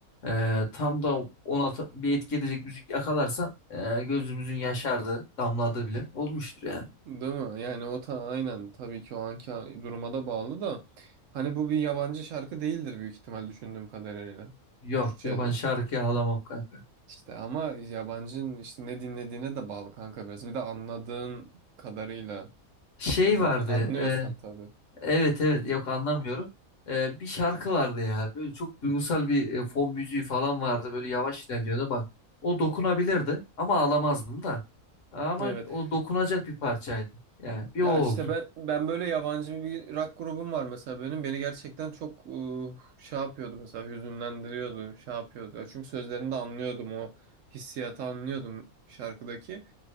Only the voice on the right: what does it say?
Değil mi? Yani o ta aynen tabii ki o anki duruma da bağlı da hani bu bir yabancı şarkı değildir büyük ihtimal düşündüğüm kadarıyla.
Türkçedir.
İşte ama yabancının işte ne dinlediğine de bağlı kanka biraz. Bir de anladığın kadarıyla
An-
anlıyorsan
tabii.
Evet.
Ya
işte ben ben böyle yabancı bir rock grubum var mesela benim. Beni gerçekten çok ıı, şey yapıyordu mesela hüzünlendiriyordu, şey yapıyordu. Ya Çünkü sözlerini de anlıyordum o hissiyatı anlıyordum şarkıdaki.